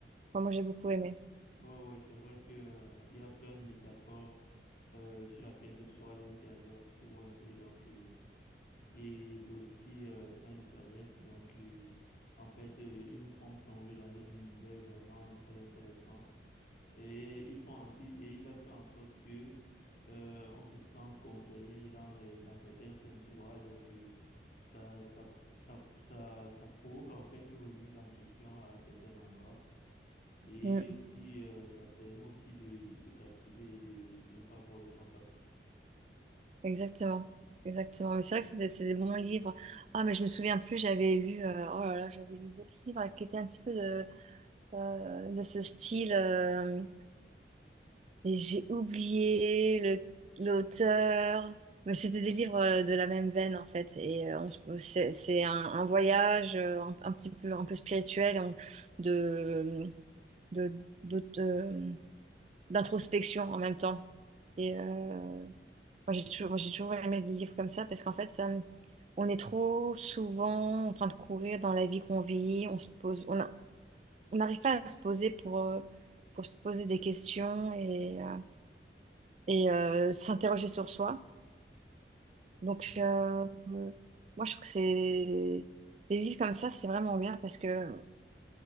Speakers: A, on the right; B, on the left.
A: enfin, moi, j'ai beaucoup aimé.
B: Ouais, ouais, c'est vrai que, euh, il y a plein de métaphores euh, sur la quête de soi à l'intérieur, tu vois un peu. Donc, euh, et c'est aussi euh, plein de sagesse. Donc, euh, en fait, euh, ils nous font plonger dans un univers vraiment très intéressant. Et ils font, et il a fait en sorte que euh, on se sente concerné dans les, dans certaines scènes, tu vois. Donc euh, ça, ça, ça, ça, ça provoque en fait une remise en question à un certain endroit. Et
A: Mm,
B: aussi, euh, ça permet aussi de, de se captiver et de, de ne pas voir le temps passer.
A: exactement. Exactement. Mais c'est vrai que c'est des c'est des bons livres. Ah, mais je me souviens plus, j'avais lu, euh, oh là là, j'avais lu d'autres livres qui étaient un petit peu de, euh, de ce style. euh, Et j'ai oublié le- l'auteur. Mais c'était des livres euh, de la même veine en fait. Et euh, on se- c'est c'est un, un voyage euh, un, un petit peu un peu spirituel on- de, de- d'aut- euh, d'introspection en même temps. Et euh, moi j'ai toujours, moi, j'ai toujours aimé les livres comme ça parce qu'en fait ça me- on est trop souvent en train de courir dans la vie qu'on vit. On se pose, on a- on n'arrive pas à se poser pour euh, pour se poser des questions et euh, et euh, s'interroger sur soi. Donc,
B: Oui.
A: euh, moi, je trouve que c'est... Les livres comme ça, c'est vraiment bien parce que